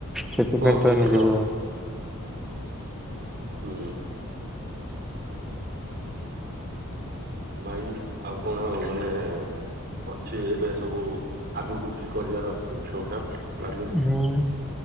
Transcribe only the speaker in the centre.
ସେଥିପାଇଁ
ତ ନିଜକୁ
ହଁ।